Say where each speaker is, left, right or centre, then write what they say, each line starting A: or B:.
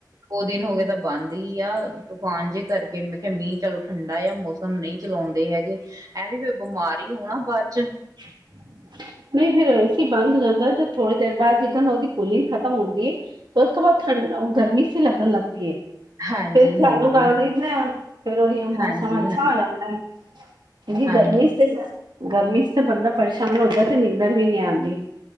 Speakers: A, on the right; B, on the right.
A: ਦੋ ਦਿਨ ਹੋਗੇ ਤਾਂ ਬੰਦ ਈ ਆ ਤੂਫਾਨ ਜੇ ਕਰਕੇ ਮੈਂ ਖਿਆ ਮੀਂਹ ਚਲੋ ਠੰਡਾ ਐ ਮੌਸਮ ਮ ਨਹੀਂ ਚਲਾਉਂਦੇ ਹੈਗੇ ਐਵੇ ਈ ਫੇਰ ਬਿਮਾਰ ਈ ਹੋਣਾ ਬਾਅ ਚ
B: <inaudible> ਨਹੀਂ ਫੇਰ ਏਸੀ ਬੰਦ ਕਰਦਾ ਗੇ ਤੇ ਥੋੜੀ ਦੇਰ ਬਾਅਦ ਤੀਕਣ ਉਹਦੀ ਕੂਲਿੰਗ ਖਤਮ ਹੁੰਦੀ ਏਂ ਉਸ ਤੋਂ ਬਾਅਦ ਠੰਡਾ ਓ ਗਰਮੀ ਸੀ ਲੱਗਣ ਲੱਗ ਗੀ ਏ।
A: ਹਾਂਜੀ
B: ਫੇਰ ਚਾਲੂ
A: ਹਾਂਜੀ
B: ਕਰ ਦਿੰਨੇ ਆ ਫੇਰ ਓਈਓ ਮੌਸਮ
A: ਹਾਂਜੀ
B: ਅੱਛਾ
A: ਹਾਂ
B: ਹੋ ਜਾਂਦਾ ਏ। ਕਿਉਕਿ
A: ਹਾਂਜੀ
B: ਗਰਮੀ ਚ ਤੇ ਗਰਮੀ ਚ ਤੇ ਬੰਦਾ ਪਰੇਸ਼ਾਨ ਹੁੰਦਾ ਤੇ ਨੀਂਦਰ ਵੀ ਨੀ ਆਦੀ।